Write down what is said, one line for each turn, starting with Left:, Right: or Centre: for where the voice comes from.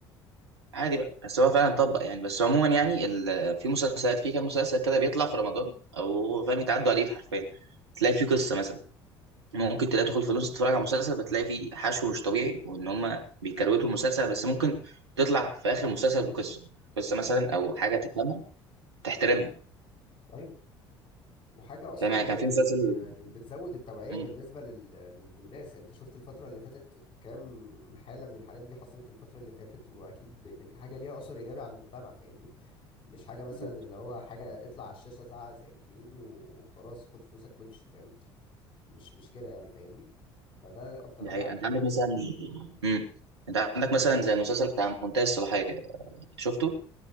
Right: عادي
Left: م-
Right: بقى بس هو فعلا اتطبق يعني بس عموما يعني ال- في مسلسلات في كام مسلسل كده بيطلع في رمضان او هو فاهم يتعدوا على الايد حرفيا تلاقي فيه قصه مثلا ممكن تلاقي تدخل في نص تتفرج على مسلسل بتلاقي فيه حشو مش طبيعي وان هم بيكروتوا المسلسل بس ممكن تطلع في اخر المسلسل بقصه قصه مثلا
Left: ايوه
Right: او حاجه تفهمها تحترمها
Left: ايوه وحاجه اصلا
Right: فاهم يعني كان
Left: يعني
Right: في مسلسل
Left: يعني بتزود التوعيه
Right: مم،
Left: بالنسبه لل... لل- للناس يعني انت شفت الفتره اللي فاتت كام حاله من الحالات دي حصلت الفتره اللي فاتت واكيد يعني حاجه ليها اثر ايجابي على المجتمع فاهمني مش حاجه مثلا
Right: بالظبط.
Left: اللي هو حاجه اطلع على الشاشه زعق زقتين وخلاص خد فلوسك وامشي فاهم مش مش كده يعني فاهمني فده اكتر
Right: دي
Left: حاجه
Right: حقيقة
Left: عجبتني
Right: انت عندك مثلا
Left: فيه
Right: مم. انت عندك مثلا زي المسلسل بتاع منتهي الصلاحيه شفته